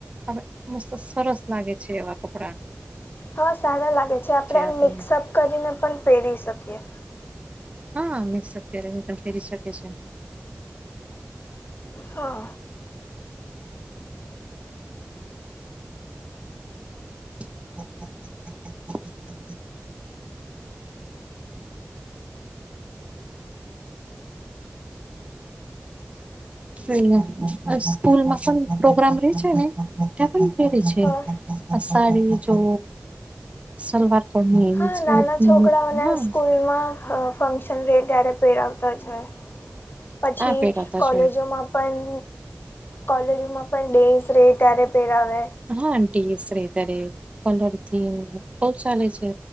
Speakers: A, on the right; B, on the left.
A: હવે મસ્ત સરસ લાગે છે એવા કપડાં
B: હા સારા લાગે છે આપણે આમ
A: આપને
B: મિક્સઅપ કરીને પણ પહેરી શકીએ.
A: હા મિક્સઅપ કરીને પણ પહેરી શકે છે.
B: હા
A: હા <inaudible> જો સ્કૂલમાં પણ પ્રોગ્રામ રે છે ને ત્યાં પણ પેરે છે.
B: હા
A: સાડી જો સલવાર પરની એવી
B: હા
A: જ
B: નાના છોકરાઓને
A: હા
B: સ્કૂલમાં હ ફંક્શન રહેે ત્યારે પેરાવતા છે પછી
A: આ પહેરાતા
B: કોલેજોમાં
A: છે
B: પણ કોલેજોમાં પણ ડેઝ રહે ત્યારે પહેરાવે.
A: હા આ ડેઝ ત્યારે કલરથીમ બહ ચાલે છે